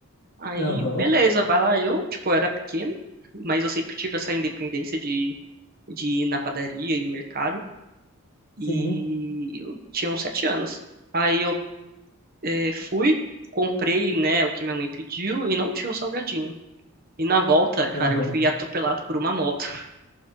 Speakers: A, on the right; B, on the left.
A: Aí,
B: aham.
A: beleza, vai lá. Eu, tipo, era pequeno, mas eu sempre tive essa independência de, de ir na padaria, e no mercado. E
B: Sim,
A: eu tinha uns sete anos. Aí eu eh, fui, comprei, né, o que minha mãe pediu e não tinha o salgadinho. E na volta, cara,
B: aham.
A: eu fui atropelado por uma moto. <laughs>